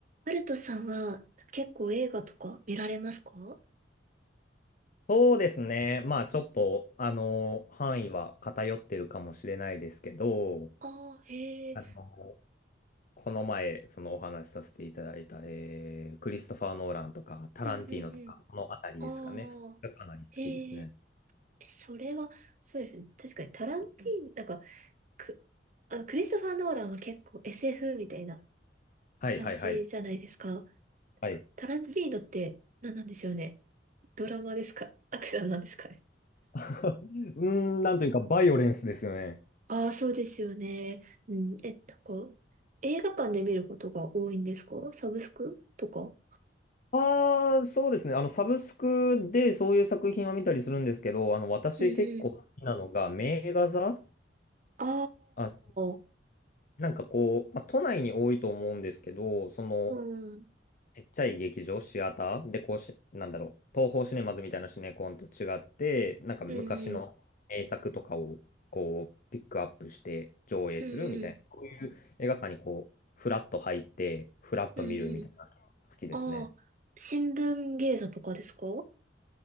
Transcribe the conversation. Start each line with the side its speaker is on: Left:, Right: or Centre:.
Right: ハルトさんは結構映画とか見られますか
Left: そうですね。まあちょっと、あの、範囲は偏ってるかもしれないですけど、
Right: ああー、へえ。
Left: あの、この前、そのお話しさせていただいた、えークリストファー・ノーランとか、タランティーノとか、
Right: うんうんうん。
Left: このあたりですかね。
Right: ああ、
Left: がかなり好きですね。
Right: へえ。えそれは、そうですね。確かにタランティーノ、なんか、く、あ、クリストファー・ノーランは結構 SF みたいな
Left: はいはいはい。
Right: 感じじゃないですか。
Left: はい。
Right: タランティーノって何なんでしょうね。ドラマですかアクションなんですかね。
Left: <laughs> うーん、なんというか、バイオレンスですよね。
Right: ああ、そうですよね。うん、え、なんか、映画館で見ることが多いんですかサブスクとか
Left: ああ、そうですね。あの、サブスクでそういう作品は見たりするんですけど、あの、私結構好きなのが、
Right: うん
Left: 名画座
Right: あ
Left: あ
Right: あ、
Left: なんかこう、まあ、都内に多いと思うんですけど、その、
Right: うん、
Left: ちっちゃい劇場、シアターで、こうし、なんだろう、東宝シネマズみたいなシネコンと違って、なんか昔の名作とかを、
Right: うん、うん、
Left: こう、ピックアップして上映するみたいな、
Right: うん、
Left: こういう映画館にこう、フラッと入って、フラッと見るみたいな、
Right: うん、うんうん。
Left: 好きですね。
Right: ああ、新聞芸座とかですか